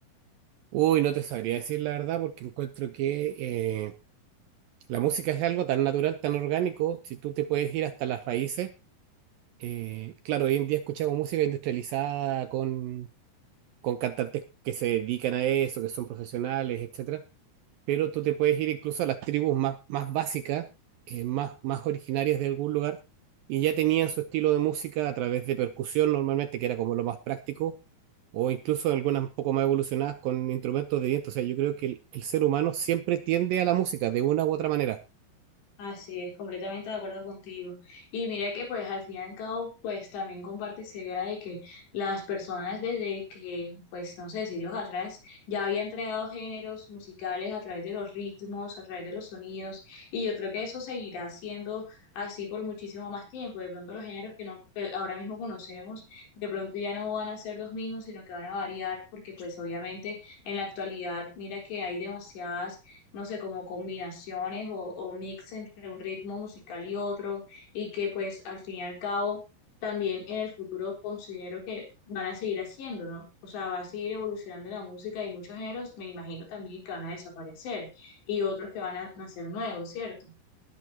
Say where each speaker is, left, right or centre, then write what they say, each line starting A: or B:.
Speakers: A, on the right (about 80°); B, on the left (about 85°).
A: Uy, no te sabría decir la verdad porque encuentro que... eh, La música es algo tan natural, tan orgánico, si tú te puedes ir hasta las raíces. eh, claro, hoy en día escuchamos música industrializada con, con cantantes que se dedican a eso, que son profesionales, etcétera, pero tú te puedes ir incluso a las tribus más, más básicas, eh, más, más originarias de algún lugar, y ya tenían su estilo de música a través de percusión normalmente, que era como lo más práctico, o incluso algunas un poco más evolucionadas con instrumentos de viento. O sea, yo creo que el el ser humano siempre tiende a la música de una u otra manera
B: Así es, completamente de acuerdo contigo. Y mira que pues al fin y al cabo pues también comparte esa idea de que las personas desde que pues no sé, siglos atrás ya habían creado géneros musicales a través de los ritmos, a través de los sonidos y yo creo que eso seguirá siendo así por muchísimo más tiempo. De pronto los géneros que no que ahora mismo conocemos de pronto ya no van a ser los mismos, sino que van a variar porque pues obviamente en la actualidad mira que hay demasiadas no sé, como combinaciones o, o mix entre un ritmo musical y otro, y que pues al fin y al cabo también en el futuro considero que van a seguir haciendo, ¿no? O sea, va a seguir evolucionando la música y muchos géneros me imagino también que van a desaparecer y otros que van a nacer nuevos, ¿cierto?